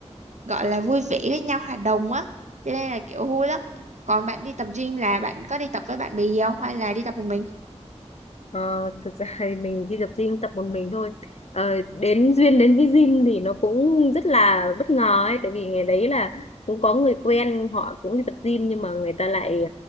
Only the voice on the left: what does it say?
Ờ, thực ra thì mình đi tập gym tập một mình thôi ờ, đến duyên đến với gym thì nó cũng rất là bất ngờ ấy tại vì ngày đấy là cũng có người quen họ cũng đi tập gym nhưng mà người ta lại